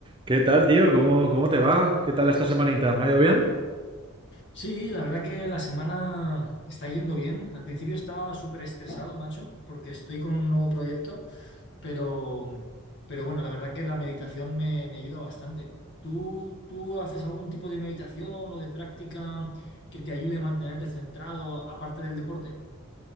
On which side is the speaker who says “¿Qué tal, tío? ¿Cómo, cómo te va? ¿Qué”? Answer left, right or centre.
Right